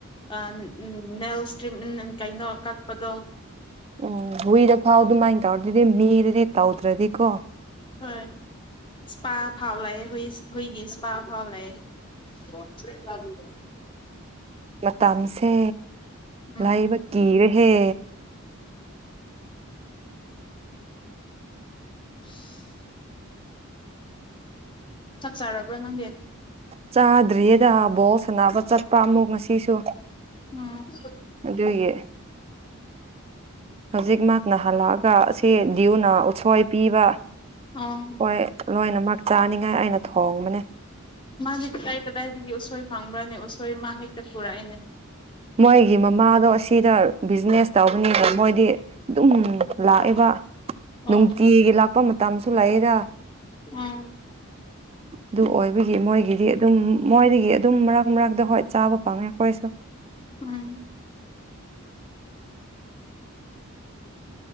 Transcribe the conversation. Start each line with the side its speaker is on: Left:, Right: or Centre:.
Left: ꯎꯝ ꯎꯝ ꯅꯦꯜ ꯏꯁꯇ꯭ꯔꯤꯝ ꯎꯝ ꯀꯩꯅꯣ ꯀꯛꯄꯗꯣ
Right: ꯎꯝ ꯍꯨꯏꯗ ꯐꯥꯎꯗ ꯃꯥꯏꯅ ꯇꯧꯔꯗꯗꯤ ꯃꯤꯔꯗꯤ ꯇꯧꯗ꯭ꯔꯗꯤꯀꯣ
Left: ꯍꯣꯏ ꯏꯁꯄꯥ ꯐꯥꯎ ꯂꯑꯦ ꯍꯨꯏ ꯍꯨꯏꯒꯤ ꯏꯁꯄꯥ ꯐꯥꯎ ꯂꯑꯦ ꯀꯣꯟꯁꯦ ꯆꯕꯤ
Right: ꯃꯇꯝꯁꯦ
Left: ꯎꯝ
Right: ꯂꯥꯏꯕ ꯀꯤꯔꯍꯦ
Left: <unintelligible> ꯆꯥꯛ ꯆꯥꯔꯕ꯭ꯔꯣ ꯅꯪꯗꯤ
Right: ꯆꯥꯗ꯭ꯔꯤꯌꯦꯗ ꯕꯣ ꯁꯅꯕ ꯆꯠꯄ ꯑꯃꯨꯛ ꯉꯁꯤꯁꯨ
Left: ꯎꯝ
Right: ꯑꯗꯨꯒꯤ ꯍꯧꯖꯤꯛ ꯃꯍꯥꯛꯅ ꯍꯜꯂꯛꯑꯒ ꯑꯁꯤ ꯭ꯌꯨꯅ ꯎꯠꯁꯣꯏ ꯄꯤꯕ
Left: ꯑꯣ
Right: ꯍꯣꯏ ꯂꯣꯏꯅꯃꯛ ꯆꯥꯅꯤꯉꯥꯏ ꯑꯩꯅ ꯊꯣꯡꯕꯅꯦ
Left: ꯃꯤ ꯀꯗꯥꯏ ꯀꯗꯥꯏꯗꯒꯤ ꯎꯁꯣꯏ ꯐꯪꯕ꯭ꯔꯅꯤ ꯎꯁꯣꯏ ꯃꯥ ꯍꯦꯛꯇ ꯄꯨꯔꯛꯏꯅꯦ
Right: ꯃꯣꯏꯒꯤ ꯃꯃꯥꯗꯣ ꯑꯁꯤꯗ ꯕꯤꯖꯤꯅꯦꯁ ꯇꯧꯕꯅꯤꯕ ꯃꯣꯏ ꯍꯥꯏꯗꯤ ꯑꯗꯨꯝ ꯂꯥꯛꯑꯦꯕ
Left: ꯑꯣ
Right: ꯅꯨꯡꯇꯤꯒꯤ ꯂꯥꯛꯄ ꯃꯇꯝꯁꯨ ꯂꯥꯛꯑꯦꯗ
Left: ꯎꯝ
Right: ꯑꯗꯨ ꯑꯣꯏꯕꯒꯤ ꯃꯣꯏꯒꯤꯗꯤ ꯑꯗꯨꯝ ꯃꯣꯏꯗꯒꯤ ꯑꯗꯨꯝ ꯃꯔꯛ ꯃꯔꯛꯇ ꯍꯣꯏ ꯆꯥꯕ ꯐꯪꯉꯦ ꯑꯩꯈꯣꯏꯁꯨ
Left: ꯎꯝ